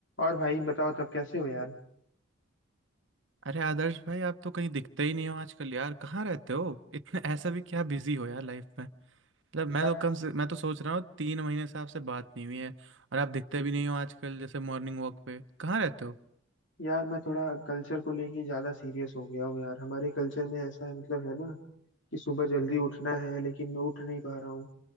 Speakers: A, on the left (about 65°); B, on the right (about 65°).
A: और भाई बताओ तब कैसे हो यार
B: अरे आदर्श भाई आप तो कहीं दिखते ही नहीं हो आजकल यार कहाँ रहते हो इतने ऐसा भी क्या बिजी हो यार लाइफ में मतलब मैं
A: यार
B: तो कम से मैं तो सोच रहा हूँ तीन महीने से आपसे बात नहीं हुई है और आप दिखते भी नहीं हो आजकल जैसे मॉर्निंग वॉक पे कहाँ रहते हो
A: यार मैं थोड़ा कल्चर को लेके ज्यादा सीरियस हो गया हूँ यार हमारे कल्चर में ऐसा है मतलब है ना कि सुबह जल्दी उठना है लेकिन मैं उठ नहीं पा रहा हूँ